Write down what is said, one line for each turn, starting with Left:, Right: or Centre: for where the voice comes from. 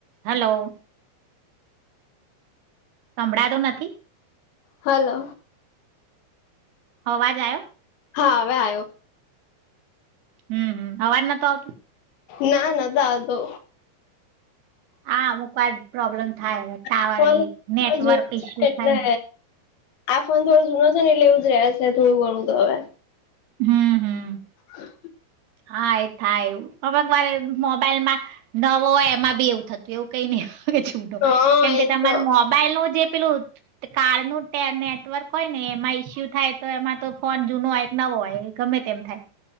Right: Hello સંભળાતો નથી
Left: hello
Right: અવાજ આવ્યો
Left: હા હવે આવ્યો
Right: હમ અવાજ નતો આવતો
Left: ના નતા તો
Right: હામ ક પ્રોબ્લેમ થાય ટાવર
Left: આ ફોન
Right: નેટવર્ક
Left: થો જૂનો
Right: ઈસ્યુ
Left: છે એટલે
Right: થાય
Left: આ ફોન થોડો જૂનો ને એ લેવું જ ર છે થોડું ઘણું તો હવે
Right: હમ હમ
Left: હ
Right: હા એ થાય એવુંમક વાર મોબાઈલમાં નવો હોય એમાં બી એવું થતું એવું કઈ નહ છૂટો
Left: હા
Right: કેમ કે
Left: એ
Right: તમારે
Left: તો
Right: મોબાઈલ નું જે પેલું કાર ન નેટવર્ક હોય ને એમાં ઈસ્યુ થાય તો એમાં તો ફોન જૂનો હોય નવો હોય ગમે તેમ થાય